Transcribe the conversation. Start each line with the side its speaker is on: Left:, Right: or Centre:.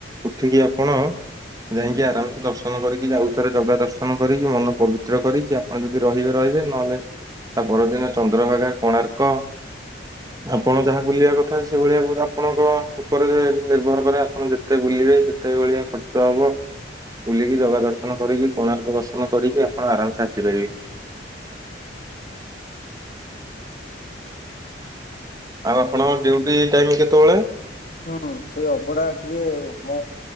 Right: ଉଠିକି ଆପଣ ଯାଇଁକି ଆରାମ୍ ସେ ଦର୍ଶ ଦର୍ଶନ କରିକି ଆଉଥରେ ଜଗା ଦର୍ଶନ କରିକି ମନ ପବିତ୍ର କରିକି ଆପଣ ଯଦି ରହିବେ- ରହିବେ ନହେଲେ ତା ପରଦିନ ଚନ୍ଦ୍ରଭାଗା କୋଣାର୍କ ଆପଣ ଯାହା ବୁଲିବା କଥା ସେଇଭଳିଆ ଆପଣଙ୍କ ଉପରେ ନିର୍ଭର କରେ ଆପଣ ଯେତେ ବୁଲିବେ କେତେ ଭଳିଆ ଖର୍ଚ୍ଚ ହବ? ବୁଲିକି ଜଗା ଦର୍ଶନ କରିକି କୋଣାର୍କ ଦର୍ଶନ କରିକି ଆପଣ ଆରାମ୍ ସେ ଆସିପାରିବେ। ଆଉ ଆପଣଙ୍କ ଡଉଟି ଟାଇମ୍ କେତେବଳେ?
Left: ହୁଁ ସେଇ ଅବଢା ଟିକେ ମୋ